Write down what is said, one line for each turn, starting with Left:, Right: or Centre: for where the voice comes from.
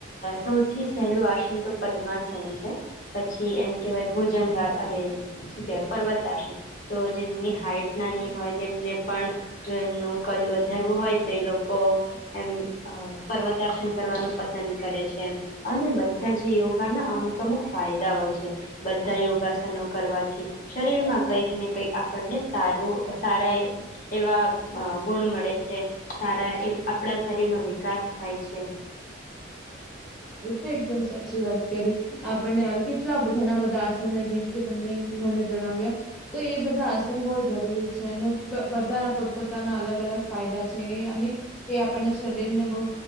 Left: સૌથી સહેલું આસન તો પદ્માસન છે પછી એમ કેહેવાય ભુજંગાળ અરે શું કહેવાય પર્વત આસન તો જેમની હાઈટ નાની હોય તેમને પણ જો એમનું કદ વધારવું હોય તો એ લોકો એમ પર્વત આસન કરવાનું પસંદ કરે છે, અને બધા જ યોગાના અમુક અમુક ફાયદાઓ છે બધા યોગાસનો કરવા. શરીરમાં કંઈક ને કઈક આપણને સારું સારા એ એવા ગુણ મળે છે સારા આપણા શરીરનો વિકાસ થાય છે.
Centre: એ તો એકદમ સાચી વાત કરી આપણને કેટલા ઘણા બધા આસન જેમ કે તમને મને જણાવ્યા તો એ બધા આસન બહુ જરૂરી છે, અને બધાના પોતપોતાના અલગ અલગ ફાયદા છે એ અને એ આપણને શરીરને બહ